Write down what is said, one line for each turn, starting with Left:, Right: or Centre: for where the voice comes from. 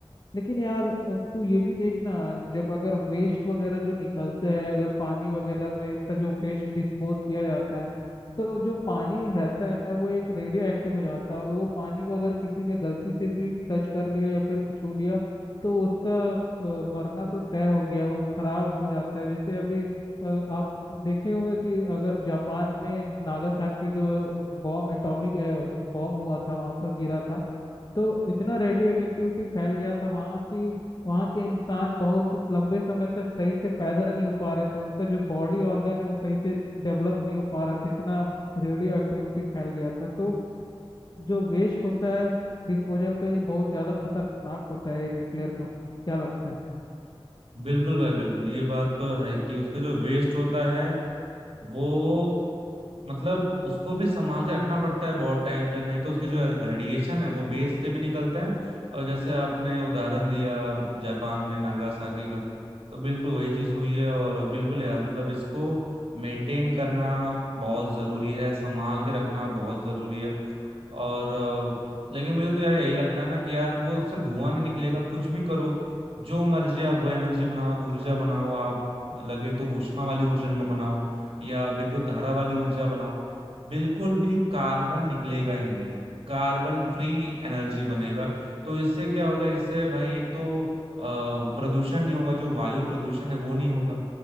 Left: लेकिन यार तू ये भी देखना जब अगर वेस्ट वगैरह जो निकलते हैं अगर पानी वगैरह में इसका जो वेस्ट डिस्पोज किया जाता है तो जो पानी रहता है वो एक रेडियो एक्टिव हो जाता है और वो पानी को अगर किसी ने गलती से भी टच कर लिया या फिर छू लिया तो उसका अ, मरना तो तय हो गया वो खराब हो जाता है जैसे अभी अ, आप देखे होगा कि अगर जापान में नागासाकी जो बॉम्ब एटॉमिक बॉम्ब हुआ था वहां पर गिरा था तो इतना रेडियो एक्टिविटी फैल गया था वहाँ कि वहाँ के इंसान बहुत लंबे समय तक सही से पैदा नहीं हो पा रहे थे उनका जो बॉडी ऑर्गन है वो सही से डेवलप नहीं हो पा रहा था इतना रेडियो एक्टिविटी फैल गया था तो जो वेस्ट होता है डिस्पोजल का ये बहुत ज़्यादा खतरनाक होता है न्यूक्लियर का क्या लगता है
Right: बिल्कुल भाई बिल्कुल ये बात तो है कि उसका जो वेस्ट होता है वो मतलब उसको भी संभाल के रखना पड़ता है बहुत टाइम तक नहीं तो उसके जो रेडिएशन है वो वेस्ट से भी निकलते हैं और जैसे आपने उदाहरण दिया जापान में नागासाकी का तो बिल्कुल वही चीज हुई है और बिल्कुल यार मतलब इसको मेंटेन करना बहुत जरूरी है संभाल के रखना बहुत जरूरी है और अ, लेकिन मुझे तो यार यही लगता है ना कि यार वो उससे धुआं नहीं निकलेगा कुछ भी करो जो मर्जी आप वो एनर्जी बनाओ ऊर्जा बनाओ आप लगे तो ऊष्मा वाली ऊर्जा बनाओ या विद्युत धारा वाली ऊर्जा बनाओ बिल्कुल भी कार्बन निकलेगा ही नहीं कार्बन फ्री एनर्जी बनेगा तो इससे क्या होगा इससे भाई एक तो अ, प्रदूषण नहीं होगा जो वायु प्रदूषण है वो नहीं होगा